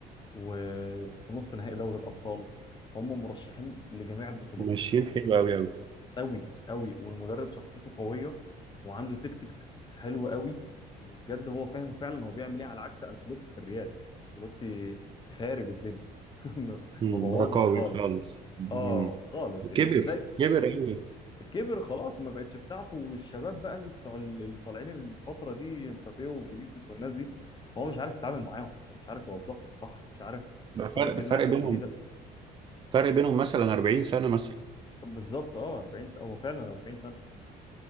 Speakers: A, on the left; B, on the right.
A: وفي نص نهائي دوري الابطال هم مرشحين لجميع البطولات
B: ماشيين حلو قوي قوي.
A: قوي قوي والمدرب شخصيته قويه وعنده تكتكس حلوه قوي وبجد هو فاهم فعلا هو بيعمل ايه على عكس انشيلوتي في الريال انشيلوتي خارب الدنيا <laughs>
B: مم.
A: مبوظها
B: رقاوي
A: خالص
B: خالص مم.
A: اه خالص يعني
B: كبر
A: زي
B: كبر أوي
A: كبر خلاص ما بقتش بتاعته والشباب بقى اللي بتوع ال- اللي طالعين الفتره دي مبابي وفينيسيوس والناس دي هو مش عارف يتعامل معاهم هو مش عارف يوظفهم صح مش عارف
B: ده فرق
A: طريقه
B: فرق
A: اللعبه
B: بينهم
A: الجديده
B: فرق بينهم مثلا 40 سنة مثلا
A: بالظبط اه 40 سنه هو فعلا 40 سنه